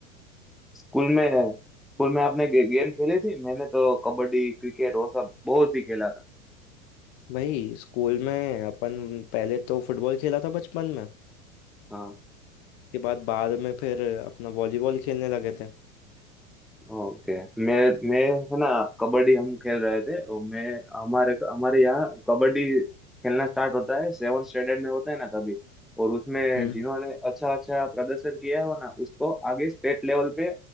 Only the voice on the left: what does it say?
भाई स्कूल में अपन पहले तो फुटबॉल खेला था बचपन में
के बाद बाद में फिर अपना वॉलीबॉल खेलने लगे थे
हम्म